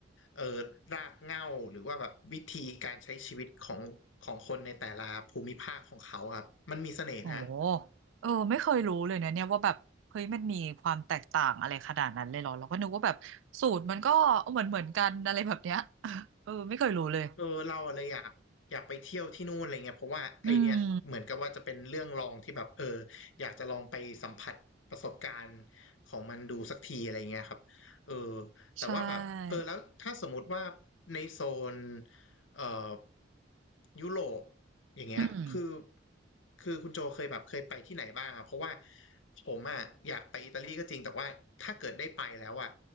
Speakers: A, on the left (about 85°); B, on the right (about 75°).
A: เออรากเหง้าหรือว่าแบบวิธีการใช้ชีวิตของของคนในแต่ละภูมิภาคของเขาครับมันมีเสน่ห์นะ
B: โอ้เออไม่เคยรู้เลยนะเนี่ยว่าแบบเฮ้ยมันมีความแตกต่างอะไรขนาดนั้นเลยเหรอเราก็นึกว่าแบบสูตรมันก็เหมือนเหมือนกันอะไรแบบเนี้ย <laughs> เออไม่เคยรู้เลย
A: เออเราอะไรอยากอยากไปเที่ยวที่นู่นอะไรเงี้ยเพราะว่าไอเนี่ยเหมือนกับว่าจะเป็นเรื่องลองที่แบบเอออยากจะลองไปสัมผัสประสบการณ์
B: อืม
A: ของมันดูสักทีอะไรเงี้ยครับเออแต่ว่าแบบเออแล้วถ้าสมมติว่า
B: ใช่
A: ในโซนเอ่อยุโรปอย่างเงี้ยคือ
B: อืม
A: คือคุณโจเคยแบบเคยไปที่ไหนบ้างอะเพราะว่าผมอะอยากไปอิตาลีก็จริงแต่ว่าถ้าเกิดได้ไปแล้วอะ